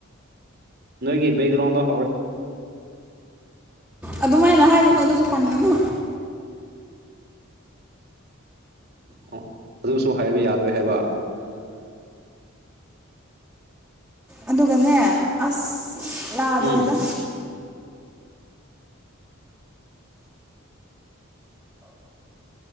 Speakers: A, on the right (about 50°); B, in the centre.
A: ꯅꯣꯏꯒꯤꯦꯛꯒ꯭ꯔꯥꯎꯟꯗ
B: ꯑꯗꯨꯃꯥꯏꯅ ꯍꯥꯏꯒꯅꯨ ꯑꯗꯨꯁꯨ ꯄꯟꯒꯅꯨ
A: ꯑ ꯑꯗꯨꯁꯨ ꯍꯥꯏꯕ ꯌꯥꯔꯣꯏ ꯍꯥꯏꯕ
B: ꯑꯗꯨꯒꯅꯦ ꯑꯁ ꯌꯥꯗ꯭ꯔꯦꯗ
A: ꯎꯝ